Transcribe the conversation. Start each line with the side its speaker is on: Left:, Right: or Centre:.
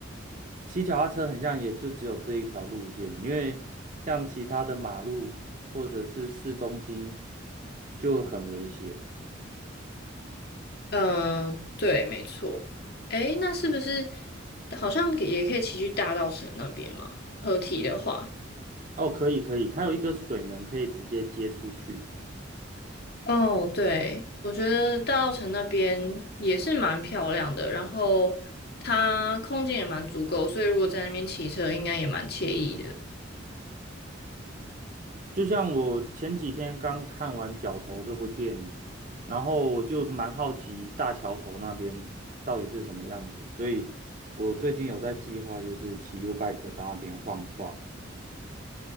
Right: 骑脚踏车很像也就只有这一条路线，因为像其他的马路或者是市中心就很危险。
Left: 嗯、对，没错。诶，那是不是好像也也可以骑去大稻城那边嘛？合体的话，
Right: 哦，可以可以，它有一个水门可以直接接出去。
Left: 哦，对，我觉得大稻城那边也是蛮漂亮的，然后它空间也蛮足够，所以如果在那边骑车，应该也蛮惬意的。
Right: 就像我前几天刚看完《角头》这部电影，然后我就蛮好奇大桥头那边到底是什么样子，所以我最近有在计划，就是骑 U bike 到那边晃一晃，